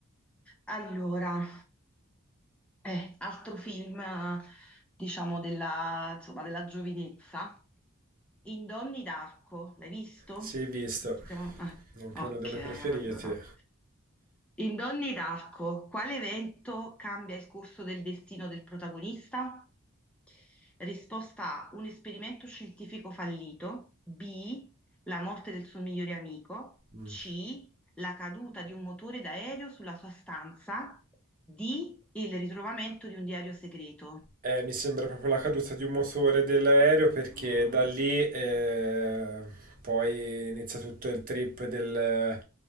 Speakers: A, in the centre; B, on the right (about 40°).
A: Allora, eh, altro film, diciamo, della, insomma, della giovinezza. In Donni d'Arco, l'hai visto?
B: Sì, visto,
A: Stiamo- ah,
B: è anche
A: ok,
B: uno dei miei
A: allora.
B: preferiti.
A: In Donni d'Arco, quale evento cambia il corso del destino del protagonista? Risposta A, un esperimento scientifico fallito, B, la morte del suo migliore amico,
B: Mm.
A: C, la caduta di un motore d'aereo sulla sua stanza, D, il ritrovamento di un diario segreto.
B: Eh, mi sembra proprio la caduta di un motore dell'aereo perché
A: Mm.
B: da lì eh, poi inizia tutto il trip del,